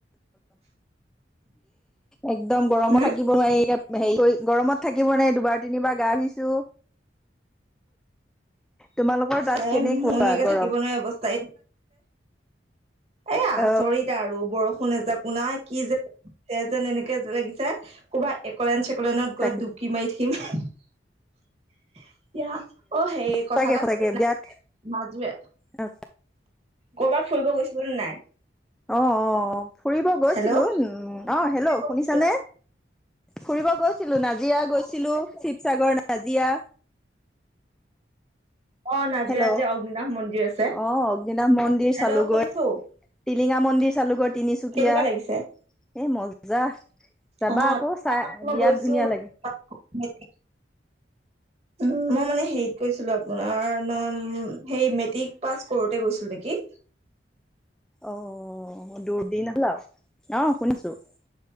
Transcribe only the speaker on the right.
হম
চাই
ময়কে
থাকিব নোৱাৰা অৱস্থা এ আচৰিত
আৰু বৰষু <unintelligible> ন এজাকো নাই কি যে যেন এনেকে যে লাগিছে ক'ৰবা একলেন চে <unintelligible> কলেনত
গৈ ডুকি মাৰি থাকিম <unintelligible> এতিয়া অ সেই
কথা এটা
শুধো নাই
মাজুৰে
কৰ'বাত ফুৰিব গৈছিলো নাই
হেল্ল'
শুনিছো।
অ নাজিৰাত
যে অগ্নিনাভ মন্দিৰ আছে।
হেল্ল'
শুনিছো
কেনেকুৱা লাগিছে?
অ
টিলিঙা
মন্দিৰ মই
গৈছো
উম মই মানে হেৰিত গৈছিলো আপোনাৰ ন হে মেট্ৰিক পাছ কৰোতে গৈছিলো নেকি কি